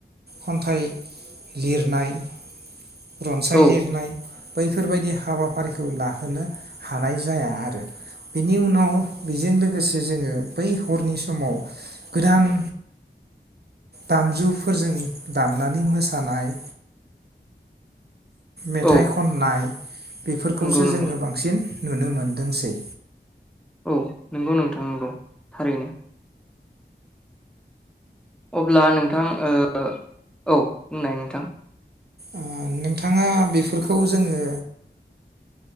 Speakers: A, on the right (about 60°); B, in the centre.
A: खन्थाइ लिरनाय रनसाय
B: औ
A: लिरनाय बैफोरबायदि हाबाफारिखौ लाहोनो हानाय जाया आरो बेनि उनाव बेजों लोगोसे जोङो बै हरनि समाव गोदान दामजुफोरजों दामनानै मोसानाय मेथाइ
B: औ
A: खननाय बेफोरखौसो
B: नंगौ नंगौ
A: जोङो बांसिन नुनो मोनदोंसै
B: औ नोंगौ नोंथां नंगौ। थारैनो। अब्ला नोंथां ओ औ बुंनाय नोंथां।
A: ओ नोंथाङा, बेफोरखौ जोङो